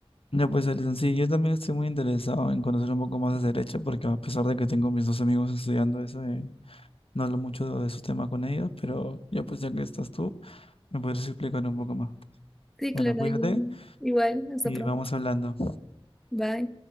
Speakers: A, on the left; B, in the centre.
A: Ya pues, Alison, sí, yo también estoy muy interesado en conocer un poco más de derecho, porque a pesar de que tengo mis dos amigos estudiando eso, eh, No hablo mucho de esos temas con ellos, pero ya pues ya que estás tú, me podrías explicar un poco más.
B: Sí,
A: Bueno,
B: claro,
A: cuídate
B: ya. Igual, hasta
A: y
B: pronto.
A: vamos hablando.
B: Bye.